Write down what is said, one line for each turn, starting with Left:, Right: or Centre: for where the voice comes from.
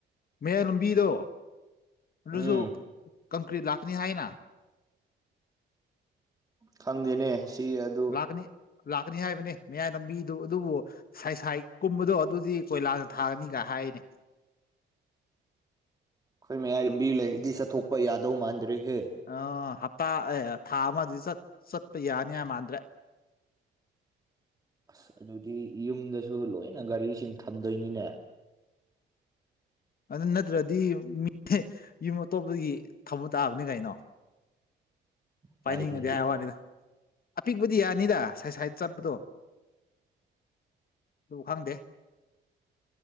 Left: ꯃꯌꯥꯏ ꯂꯝꯕꯤꯗꯣ ꯑꯗꯨꯁꯨ
Right: ꯎꯝ
Left: ꯀꯪꯀ꯭ꯔꯤꯠ ꯂꯥꯛꯀꯅꯤ ꯍꯥꯏꯅ꯫
Right: ꯈꯪꯗꯦꯅꯦ꯫ ꯁꯤ ꯑꯗꯨ
Left: ꯂꯥꯛꯀꯅꯤ ꯂꯥꯛꯀꯅꯤ ꯍꯥꯏꯕꯅꯤ ꯃꯌꯥꯏ ꯂꯝꯕꯤꯗꯨ ꯑꯗꯨꯕꯨ ꯁꯥꯏꯁꯥꯏ ꯀꯨꯝꯕꯗꯣ ꯑꯗꯨꯗꯤ ꯀꯣꯏꯂꯥꯁꯅ ꯊꯥꯒꯅꯤꯒ ꯍꯥꯏꯅꯦ꯫
Right: ꯑꯈꯣꯏ ꯃꯌꯥꯏ ꯂꯝꯕꯤ ꯂꯩꯔꯤꯗꯤ ꯆꯠꯊꯣꯛꯄ ꯌꯥꯗꯧ ꯃꯥꯟꯗ꯭ꯔꯦꯍꯦ꯫
Left: ꯑ ꯍꯞꯇꯥ ꯑꯦ ꯊꯥ ꯑꯃꯗꯤ ꯆ ꯆꯠꯄ ꯌꯥꯅꯤ ꯍꯥꯏ ꯃꯥꯟꯗ꯭ꯔꯦ꯫
Right: ꯑꯁ ꯑꯗꯨꯗꯤ ꯌꯨꯝꯗꯁꯨ ꯂꯣꯏꯅ ꯒꯥꯔꯤꯁꯤꯡ ꯊꯝꯗꯣꯏꯅꯤꯅꯦ꯫
Left: ꯑꯗꯨ ꯅꯠꯇ꯭ꯔꯗꯤ ꯃꯤ ꯌꯨꯝ ꯑꯇꯣꯞꯄꯗꯒꯤ ꯊꯝꯕ ꯇꯥꯕꯅꯤ ꯀꯩꯅꯣ꯫ <inaudible>
Right: ꯎꯄꯥꯏꯗꯤ
Left: ꯄꯥꯏꯅꯤꯡꯉꯗꯤ
Right: ꯂꯩꯇꯦꯅꯦ
Left: ꯍꯥꯏ ꯋꯥꯅꯤꯗ ꯑꯄꯤꯛꯄꯗꯤ ꯌꯥꯅꯤꯗ ꯁꯥꯏꯠ ꯁꯥꯏꯗ ꯆꯠꯄꯗꯣ꯫ ꯗꯨ ꯈꯪꯗꯦ꯫